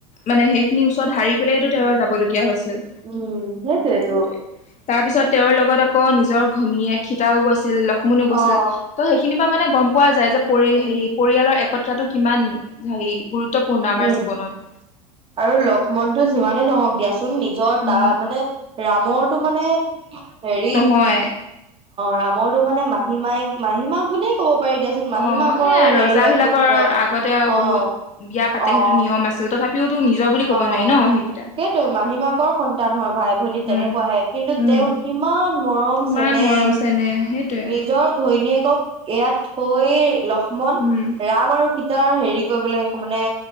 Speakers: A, on the left (about 40°); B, on the right (about 30°).
A: মানে সেইখিনি ওচৰত হাৰি পেলাইটো
B: উম।
A: তেওঁ যাবলগীয়া হৈছিল,
B: উম, সেইটোৱেতো
A: সেইটোৱে। তাৰপিছত তেওঁৰ লগত আকৌ নিজৰ ঘনীয়েক সীতাও গৈছিল লক্ষ্মণো
B: অ',
A: গৈছিল। ত' সেইখিনি পৰা মানে গ'ম পোৱা যায় যে পৰি
B: উম,
A: হেৰি পৰিয়ালৰ একতাটো কিমান হেৰি গুৰুত্বপূৰ্ণ আমাৰ
B: উম।
A: জীৱনত।
B: আৰু লক্ষ্মণ তো যিমানে নহওঁক দিয়াচোন টো নিজৰ
A: উম,
B: তাৰমানে ৰামৰটো মানে হেৰি
A: হয়।
B: ৰামৰটো মানে মাহী মাহী মাক বুলিয়ে ক'ব পাৰি দিয়াচোন। চোন মাহী
A: অ'
B: মাকৰ
A: সেয়াই
B: হেৰিহে
A: ৰজাবিলাকৰ
B: পুত্ৰ
A: আগতে আৰু
B: অ'
A: বহুত বিয়া পাতে
B: অ'।
A: সেইটো নিয়ম আছিল তথাপিওতো নিজৰ বুলি ক'ব
B: অ'
A: নোৱাৰি ন সেইকেইটা।
B: সেইটো মাহী মাকৰ সন্তান হয় ভাই ভনী
A: উম,
B: তেনেকুৱাহে। কিন্তু
A: উম,
B: তেওঁ কিমান মৰম
A: কিমান
B: চেন নেহ,
A: মৰম চেনেহ সেইটোৱে।
B: নিজৰ ঘৈণীয়েকক ইয়াত থৈ লক্ষ্মণ
A: উম।
B: ৰাম আৰু সীতাৰ হেৰি কৰিবলৈ মানে